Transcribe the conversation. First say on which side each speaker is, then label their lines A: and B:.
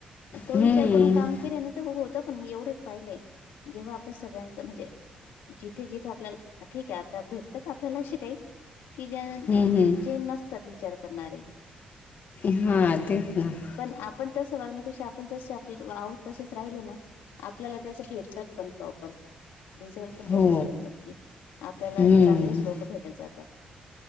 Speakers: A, on the left (about 80°); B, on the left (about 60°).
A: तो
B: हं.
A: विचार करूंन कामं केलंय नां होतं पणं मी एवढं पाहिले जेव्हां आपणं सगळ्यांच म्हणजे जिथे जिथे आपल्यांला ठीक आहे, आंता भेटतांत आपल्यांला. असे कांहीं कि, ज्यां
B: हं, हं.
A: जे नसतांत विचार करणारे.
B: हां... तेचं नां.
A: पणं, आपणं तसं वागण्यांपेक्षा, आपणं जसे आपणं आहोतं, तसेच राहिलो नां. आपल्यांला त्यासं भेटतांत, पणं प्रॉपर रिझल्ट पणं
B: हो.
A: तसेचं भेटतांत, की आपल्यांला
B: हं.
A: चांगले चं लोकं भेटतं जातांत.